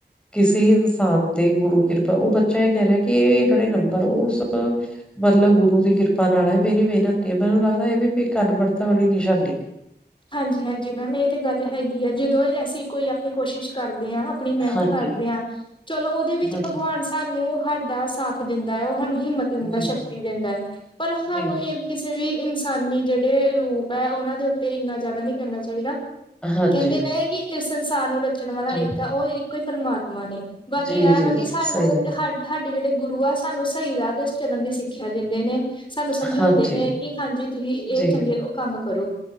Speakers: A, in the centre; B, on the left.
A: ਕਿਸੀ ਇਨਸਾਨ ਦੀ ਗੁਰੂ ਕਿਰਪਾ ਓ ਬੱਚਾ ਏ ਕੈ ਰਿਆ ਕੀ ਏ ਜੇੜੇ ਨੰਬਰ ਓ ਉਸ ਮਤਲਬ ਗੁਰੂ ਦੀ ਕਿਰਪਾ ਨਾਲ ਐ ਮੇਰੀ ਮਿਹਨਤ ਨੀ ਐ ਮੈਨੂੰ ਲੱਗਦਾ ਏ ਵੀ <unintelligible> ਅਨਬੜਤਾ ਵਾਲੀ ਨਿਸ਼ਾਨੀ
B: ਹਾਂਜੀ-ਹਾਂਜੀ ਮੈਮ ਏ ਤੇ ਗੱਲ ਹੈਗੀ ਆ ਜਦੋਂ <unintelligible> ਕੋਈ ਆਪਣੀ ਕੋਸ਼ਿਸ਼ ਕਰਦੇ ਆ, ਆਪਣੀ ਮਿਹਨਤ
A: ਹਾਂਜੀ,
B: ਕਰਦੇ ਆ ਚਲੋ ਓਦੇ ਵਿੱਚ
A: ਹਾਂਜੀ,
B: ਭਗਵਾਨ ਹਾਨੂੰ ਹਾਡਾ ਸਾਥ ਦਿੰਦਾ ਓ ਹਾਨੂੰ ਹਿੰਮਤ ਦਿੰਦਾ,
A: ਜੀ,
B: ਸ਼ਕਤੀ ਦਿੰਦਾ ਪਰ
A: ਜੀ।
B: ਹਾਨੂੰ ਏ- ਕਿਸੇ ਵੀ ਇਨਸਾਨੀ ਜੇੜੇ ਰੂਪ ਐ ਓਨਾਂ ਦੇ ਉੱਤੇ ਏਨਾ ਜਾਦਾ ਨੀ ਕਰਨਾ ਚਾਇਦਾ ਕਿ
A: ਹਾਂਜੀ,
B: ਕੇਂਦੇ ਨੇ ਕਿ ਇਸ ਸੰਸਾਰ ਨੂੰ ਰਚਣ ਵਾਲਾ
A: ਜੀ,
B: ਇੱਕ ਆ ਓ ਇੱਕੋ ਈ ਪਰਮਾਤਮਾ ਨੇ। ਬਾਕੀ
A: ਜੀ,
B: ਆ
A: ਜੀ,
B: ਵਾ ਕੇ
A: ਜੀ,
B: ਸਾਨੂੰ
A: ਸਹੀ ਗੱਲ,
B: ਸਾਡੇ, ਸਾਡੇ ਜੇੜੇ ਗੁਰੂ ਆ ਸਾਨੂੰ ਸਈ ਰਾਹ ਤੇ ਚੱਲਨ ਦੀ ਸਿੱਖਿਆ ਦਿੰਦੇ ਨੇ, ਸਾਨੂੰ
A: ਹੈ।
B: ਸਮਜਾਓਦੇ
A: ਹਾਂਜੀ,
B: ਨੇ ਕਿ ਹਾਂਜੀ ਤੁਸੀਂ ਏ
A: ਜੀ,
B: ਚੰਗੇ ਓ ਕੰਮ ਕਰੋ।